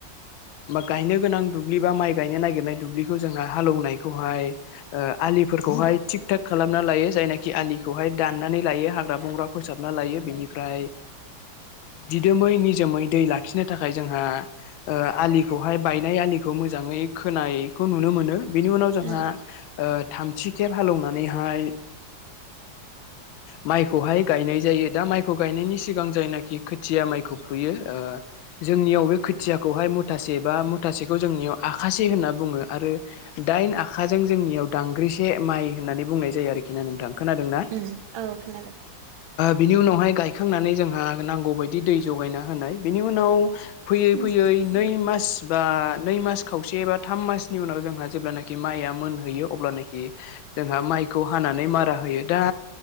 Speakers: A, on the left; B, on the right.
A: बा गायनो गोनां दुब्लि बा माइ गायनो नागिरनाय दुब्लिखौ जोंहा हालौनायखौहाय ओ आलि दैफोरखौहाय थिग थाक खालामना लायो जायनाखि आलिखौहाय दाननानै लायो हाग्रा बंग्रा फोसाबना लायो बिनि ओमफ्राय दिदोमै निजोमै दै लाखिनो थाखाय जोंहा आलि बेहाय बायनाय आलिखौ मोजाङै खोनायखौ नुनो मोनो बिनि उनाव
B: उम
A: जोंहा थामथि खेब हालौवनानैहाय माइखौहाय गायनाय जायो दा माइखौ गायनायनि सिगां जायनाखि खोथिया माइखौ फुयो जोंनियाव बे खोथियाखौहाय मुथासे बा मुथासेखौ जोंनियाव आखासे होनना बुङो आरो दाइन आखाजों जोंनियाव दांग्रिसे माइ होननानै बुंनाय जायो आरोखि ना नोंथां खोनादों ना?
B: उ औ खोनादों
A: बिनि उनावहाय गायखांनानै जोंहा नांगौबायायदि दै जगायना होनाय बिनि उनाव फैयै
B: उम
A: फैयै नै मास मास बा नै मास खावसे बा थाम मासनि उनाव जोंहा जेब्लानाखि माइया मोनहैयो अब्लानोखि जोंहा माइखौ हानानै मारा होयो दा